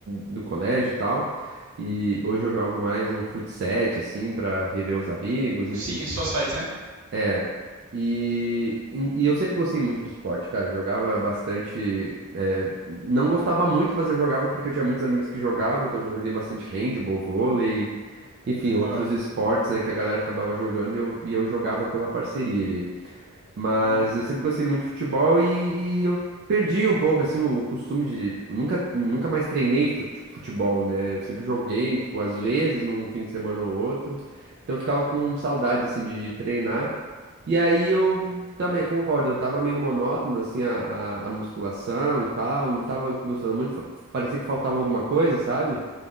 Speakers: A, on the right; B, on the right.
A: do colégio e tal. E hoje eu jogo mais um fut sete, assim, pra rever os amigos, enfim.
B: Sim, society, né?
A: É. E, e eu sempre gostei muito de esporte, cara. Eu jogava bastante. é, Não gostava muito, mas eu jogava porque eu tinha muitos amigos que jogavam, então eu já joguei bastante handball, vôlei, enfim,
B: Hum,
A: outros
B: legal.
A: esportes, né, que a galera acabava jogando e eu, e eu jogava pela parceria ali. Mas
B: Aham.
A: eu sempre gostei muito de futebol e, e eu perdi um pouco, assim, o costume de, tipo, nunca, nunca mais treinei fut- futebol, né? Eu sempre joguei, tipo, às vezes, num fim de semana ou outro. Então eu ficava com saudade, assim, de, de treinar. E aí eu também concordo, eu tava meio monótono, assim, a, a, a musculação e tal, não tava gostando muito, fa- parecia que faltava alguma coisa, sabe?